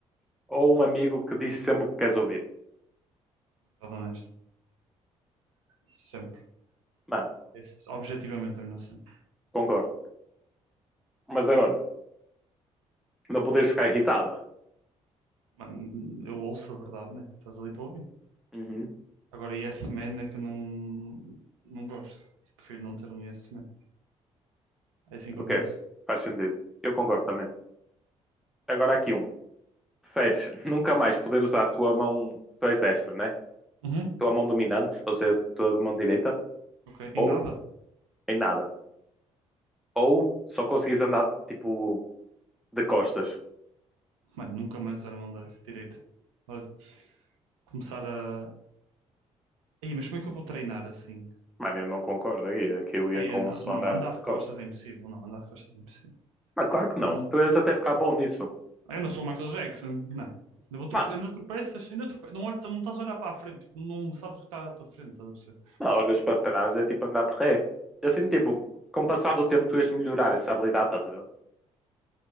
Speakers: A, in the centre; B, on the right.
A: ou um amigo que diz sempre o que queres ouvir?
B: Verdade honesto. Sempre.
A: Mano,
B: Esse, objetivamente a melhor sempre.
A: concordo. Mas agora, não poderes ficar irritado.
B: Mano, eu ouço a verdade, né? Estás ali para ouvir.
A: Uhum.
B: Agora, Yes Man é que eu não, não gosto. Prefiro não ter um Yes Man. É assim que
A: Ok,
B: eu penso.
A: faz sentido. Eu concordo também. Agora aqui um. Preferes nunca mais poder usar a tua mão, tu és destro, né?
B: Uhum.
A: Tua mão dominante, ou seja, tua mão direita,
B: Ok.
A: ou
B: E nada?
A: em nada. Ou só conseguires andar, tipo, De costas.
B: Mano, nunca mais usar a mão da direita. Olha, começar a. Aí, mas como é que eu vou treinar assim?
A: Mano, eu não concordo aqui. é que eu ia
B: Aí,
A: com
B: eu não,
A: o som
B: não,
A: andar
B: andar
A: de
B: de
A: costas.
B: costas é impossível. Não, andar de costas é impossível.
A: Mas claro que não.
B: Eu não,
A: Tu ias até ficar bom nisso.
B: eu não sou o Michael Jackson, não é? Ainda vou trope-
A: Mano,
B: ainda tropeças, ainda trope- Não, olho, não estás a olhar para a frente, tipo, não sabes o que está à tua frente, estás a perceber?
A: não, olhas para trás, é tipo andar de ré. Assim, tipo, com o passar do tempo tu ias melhorar essa habilidade, estás a ver?